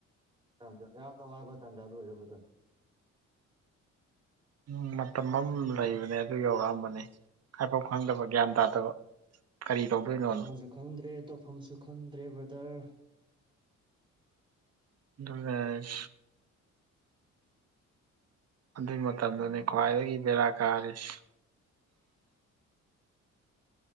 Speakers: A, on the right; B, on the right.
A: ꯇꯖꯥ ꯌꯥꯝꯅ ꯋꯥꯕ ꯇꯥꯟꯖꯥ ꯑꯗꯨ ꯑꯣꯏꯔꯦꯕꯗ
B: ꯎꯝ ꯃꯇꯝ ꯑꯃ ꯂꯩꯕꯅꯦ ꯑꯗꯨ ꯌꯧꯔꯛꯑꯝꯕꯅꯦ ꯍꯥꯏꯐꯥꯎ ꯈꯪꯗꯕ ꯒ꯭ꯌꯥꯟ ꯇꯥꯗꯕ ꯀꯔꯤ ꯇꯧꯗꯣꯏꯅꯣꯅꯣ
A: ꯍꯥꯏꯐꯝꯁꯨ ꯈꯪꯗ꯭ꯔꯦ ꯇꯧꯐꯝꯁꯨ ꯈꯪꯗ꯭ꯔꯦ ꯕ꯭ꯔꯗꯔ
B: ꯑꯗꯨ ꯑꯗꯨꯒꯤ ꯃꯇꯝꯗꯨꯅꯦ ꯈ꯭ꯋꯥꯏꯗꯒꯤ ꯕꯦꯔꯥ ꯀꯥꯔꯤꯁ